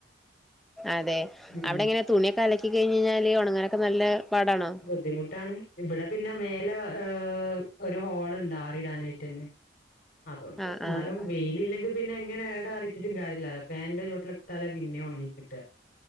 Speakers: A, in the centre; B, on the left.
A: അതെ
B: ഉം
A: അവിടെ എങ്ങനെ തുണിയൊക്കെ അലക്കി കഴിഞ്ഞഴിഞ്ഞാല് ഉണങ്ങാനൊക്കെ നല്ല പാടാണോ
B: ബുദ്ധിമുട്ടാണ് ഇവിടെ പിന്നെ മേലെ ഏഹ് ഒരു ഹോള് ഇണ്ട് ആറിടാനായിട്ട് തന്നെ അതൊണ്ട്
A: ആഹ്
B: ന്നാലും
A: ആഹ്
B: വെയി ലില്ലെങ്കി പിന്നെങ്ങനെടെ അറിട്ടിട്ടും കാര്യല്ലലോ ഫാന്റെ ചോട്ടില് ഇട്ടാലേ പിന്നെ ഉണങ്ങികിട്ടാ